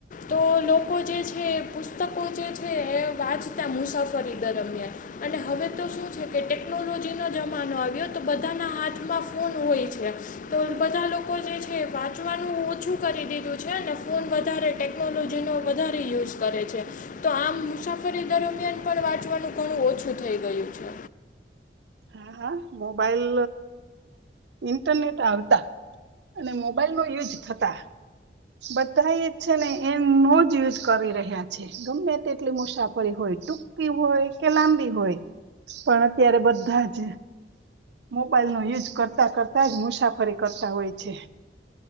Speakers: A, on the left; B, on the right.
A: તો લોકો જે છે એ પુસ્તકો જે છે એ વાંચતા મુસાફરી દરમિયાન અને હવે તો શું છે કે ટેકનોલોજીનો જમાનો આવ્યો તો બધાના હાથમાં ફોન હોય તો બધા લોકો જે છે વાંચવાનું ઓછું કરી દીધું છે ને ફોન વધારે ટેકનોલોજીનો વધારે યુઝ કરે છે તો આમ મુસાફરી દરમિયાન પણ વાંચવાનું ઘણું ઓછું થઈ ગયું છે
B: હા મોબાઈલ ઇન્ટરનેટ આવતા અને મોબાઈલ નો યુજ થતા બધા એ છે ને એનો જ યુઝ કરી રહ્યા છે ગમે તેટલી મુસાફરી હોય ટૂંકી હોય કે લાંબી હોય પણ અત્યારે બધા જ મોબાઈલનો યુઝ કરતાં કરતા જ મુસાફરી કરતા હોય છે